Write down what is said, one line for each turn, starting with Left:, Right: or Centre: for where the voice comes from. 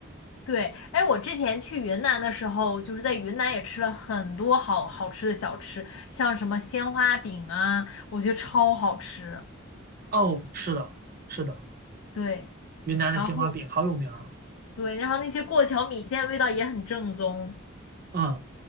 Left: 对，哎，我之前去云南的时候，就是在云南也吃了很多好好吃的小吃，像什么鲜花饼啊，我觉得超好吃。
Right: 哦。是的，是的。
Left: 对，
Right: 云南的鲜花饼好有名儿。
Left: 然后对，然后那些过桥米线味道也很正宗。
Right: 嗯，